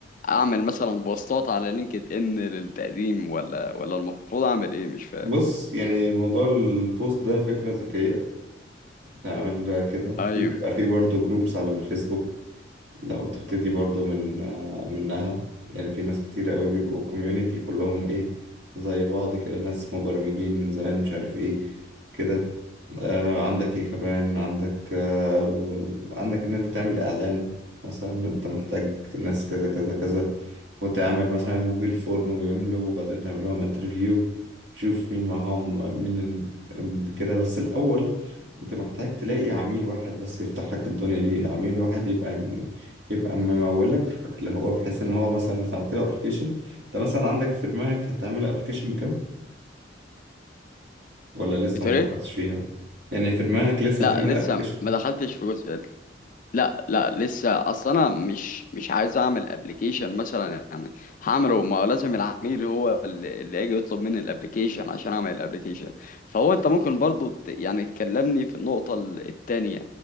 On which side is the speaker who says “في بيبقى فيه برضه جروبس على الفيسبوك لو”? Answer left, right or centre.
Right